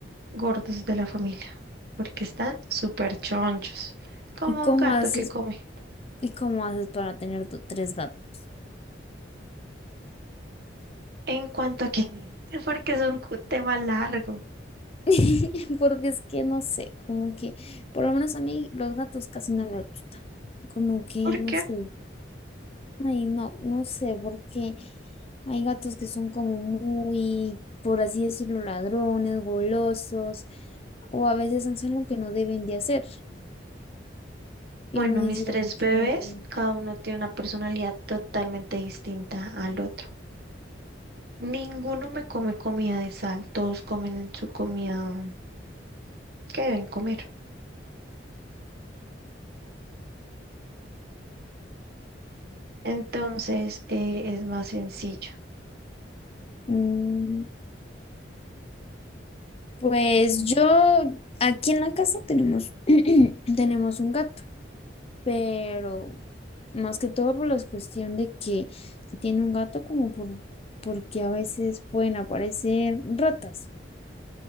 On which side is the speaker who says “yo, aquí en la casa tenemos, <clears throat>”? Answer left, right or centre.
Left